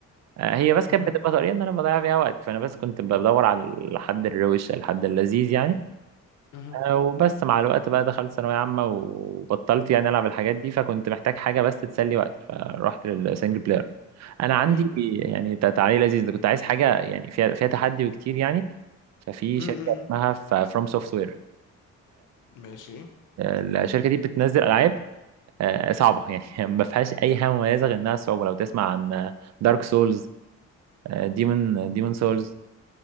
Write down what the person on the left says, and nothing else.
مهم.
مهم.
مم.
مم.
ماشي